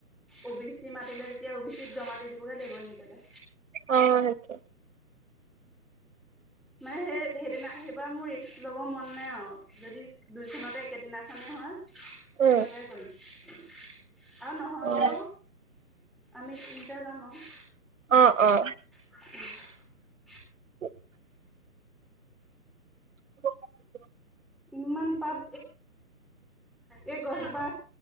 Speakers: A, in the centre; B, on the right.
A: অ' বি চি মাতিলে। এতিয়া অ' বি চিত জমা দি দিবগৈ লাগিব নিজলে
B: অ' সেইটো।
A: মানে সেই সেইদিনা সেইবাৰ মোৰ ৰিস্ক লব মন নাই আৰু, যদি দুইখনতে একেদিনাখনে হয়।
B: উম,
A: তেনেকুৱাই কৰিম। আৰু নহ'লেও
B: অ',
A: আমি তিনিটা যাম আৰু
B: অ', অ',
A: উম'।
B: <inaudible> <inaudible>
A: ইমান পাত। এই গছজোপা